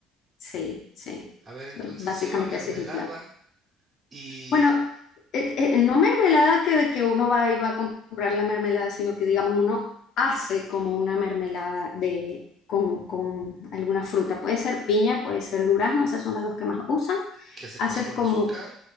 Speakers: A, on the left (about 60°); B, on the right (about 30°).
A: Sí, sí.
B: A ver, entonces
A: Bueno, básicamente
B: lleva mermelada,
A: así es el plato.
B: y
A: Bueno, eh, eh, no mermelada que, que uno va y va a comprar la mermelada, sino que digamos uno hace como una mermelada de, con, con alguna fruta. Puede ser piña, puede ser durazno, esas son las dos que más usan
B: que se
A: haces
B: cose con
A: como,
B: azúcar